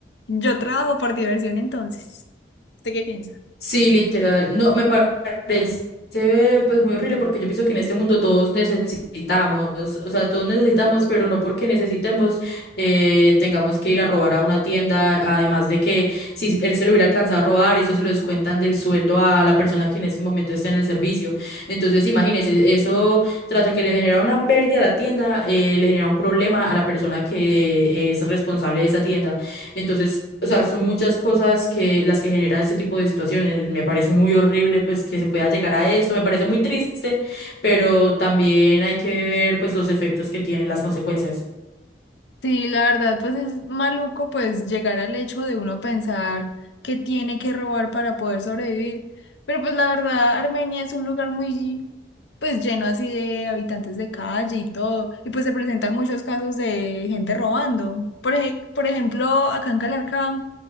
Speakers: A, on the left (about 85°); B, on the left (about 60°).
A: yo trabajo por diversión entonces. ¿Usted qué piensa?
B: Sí, literal. No, me pa- parece pues muy horrible porque yo pienso que en este mundo todos necesitamos, o sea, todos necesitamos, pero no porque necesitemos eh, tengamos que ir a robar a una tienda, además de que si él se lo hubiera alcanzado a robar, eso se lo descuentan del sueldo a la persona que en ese momento está en el servicio. Entonces, imagínese, eso trata que le genera una pérdida a la tienda, eh, le genera un problema a la persona que es responsable de esa tienda. Entonces, o sea, son muchas cosas que las que genera este tipo de situaciones. Me parece muy horrible, pues, que se pueda llegar a esto. Me parece muy triste, pero también hay que ver, pues, los efectos que tienen las consecuencias.
A: Sí, la verdad, pues es maluco pues llegar al hecho de uno pensar que tiene que robar para poder sobrevivir. Pero pues la verdad, Armenia es un lugar muy pues lleno así de habitantes de calle y todo. Y pues se presentan muchos casos de gente robando. Por ej- por ejemplo, acá en Calarcá,